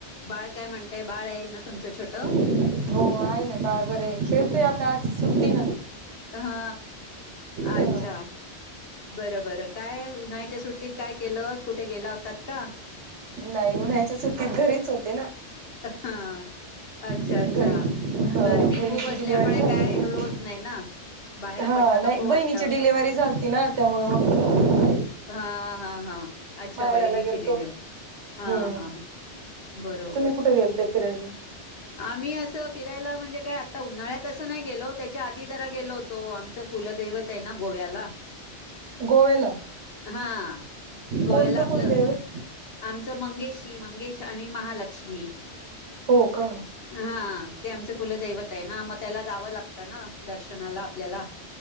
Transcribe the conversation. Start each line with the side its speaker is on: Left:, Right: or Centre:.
Left: बाळ काय म्हणतय. बाळ आहे ना तुमचं छोटं
Right: हो आहे. ना बा बरे खेळते आता आज सुट्टी.
Left: हा अच्छा.
Right: हा
Left: बरं बरं काय उन्हाळ्याच्या सुट्टीत काय केलं कुठे गेला होतात का?
Right: नाही उन्हायच्या सुट्टीत घरीच होते ना?
Left: ह अच्छा
Right: घरी
Left: अच्छा
Right: हा
Left: गरमी
Right: बहिणीची
Left: खूप असल्यामुळे
Right: डिलिव्हरी झाली
Left: काय
Right: ना
Left: होत नाही ना बाहेर
Right: हा
Left: पडणं नको
Right: नाही बहिणीची
Left: वाटतं
Right: डिलेिव्हरी झालती ना त्यामुळे मग. घरीच
Left: हा हा हा. अच्छा
Right: माहेराला
Left: बहिणीची
Right: गेलतो
Left: डिलव्ह हा
Right: हम्म
Left: हा बरोबर
Right: तुम्ही कुठे गेलते फिरायला.
Left: आम्ही असं फिरायला म्हणजे काय आता उन्हाळ्यात असं नाही गेलो त्याच्या आधी जरा गेलो होतो. तो आमचं कुलदैवत आहे ना गोव्याला
Right: गोव्याला
Left: हा गोव्याला
Right: कोणतं
Left: आपलं
Right: कुलदैवत
Left: आमचं मंगेशी मंगेश आणि महालक्ष्मी <inaudible>
Right: हो का
Left: हा ते आमच कुलदैवत आहे ना मग त्याला जावं लागतं ना दर्शनाला आपल्याला.